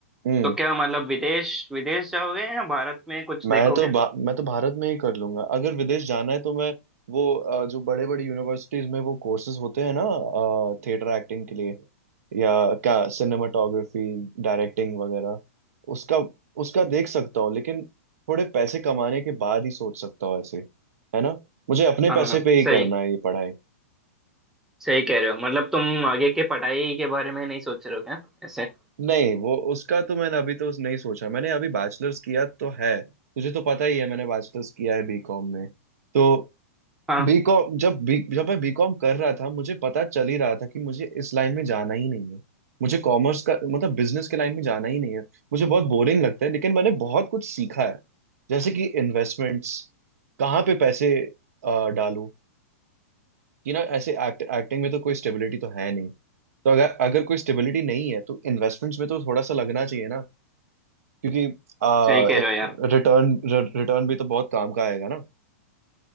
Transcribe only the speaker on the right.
हम्म
मैं
तो भा, मैं तो भारत में ही कर लूंगा अगर विदेश जाना है तो मैं वो अ, जो बड़े बड़े यूनिवर्सिटीज में वो कोर्सेज होते हैं ना थिएटर एक्टिंग के लिए या क्या सिनेमाटोग्राफी डायरेक्टिंग वगैरह उसका उसका देख सकता हूँ लेकिन थोड़े पैसे कमाने के बाद ही सोच सकता हूँ ऐसे है ना मुझे अपने
पैसे पे ही
करना है ये पढ़ाई
नहीं वो उसका तो मैंने अभी तो उस नहीं सोचा मैंने अभी बैचलर्स किया तो है तुझे तो पता ही है मैंने बैचलर्स किया है बीकॉम में तो
बीकॉम जब बी जब मैं बीकॉम कर रहा था मुझे पता चल ही रहा था कि मुझे इस लाइन में जाना ही नहीं है मुझे कॉमर्स का मतलब बिजनेस के लाइन में जाना ही नहीं है मुझे बहुत बोरिंग लगता है लेकिन मैंने बहुत कुछ सीखा है जैसे कि इन्वेस्टमेंट्स कहाँ पे पैसे अ, डालूं कि ना ऐसे एक्ट, एक्टिंग में तो कोई स्टेबिलिटी तो है नहीं तो अगर अगर कोई स्टेबिलिटी नहीं है तो इन्वेस्टमेंट्स में तो थोड़ा सा लगना चाहिए ना क्योंकि
रिटर्न
रिटर्न भी तो बहुत काम का आएगा ना